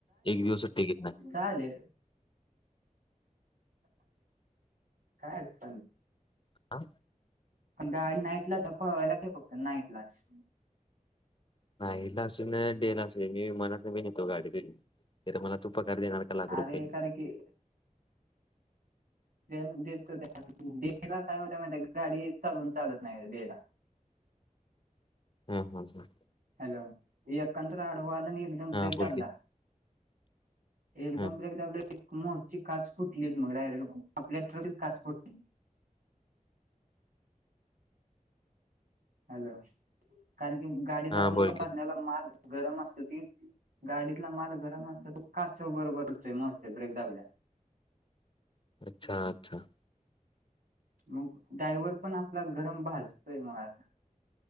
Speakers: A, on the left (about 35°); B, on the right (about 80°).
A: एक दिवसच टिकट नाही
B: चाले खर स
A: हा
B: पण गाडी नाईटला तर पहावायला ठेककत नाईटलाच
A: नाही ला अस डेला अस मी म्हणत नाही मीनेतो गाडीि मला तू पकारार देणार का लाख
B: अरे
A: रुपये
B: कारण की देतो त्याला काय होत्या मा गाडी चालून चालत नाही देला
A: हा हा हां
B: हॅलो ये यकंद्र अडवा आन एक दम ब्रेक
A: हा बोल
B: दबद
A: की
B: एकदमेदा
A: हा
B: आपल्या मोरची काच फुटलीच मगड आपल्या ट्रकची काच फुटली हॅलो कारण की गाडीत
A: हा
B: आपण
A: बोल
B: बरण्याला
A: की
B: माल गरम असतो ती गाडीतला माल गरम असतो तू काच स बरोबरतोय मगसे ब्रेक दाबल्या.
A: अच्छा अच्छा.
B: मग डायव्हर पण आपला गरम भाजतोय मग अस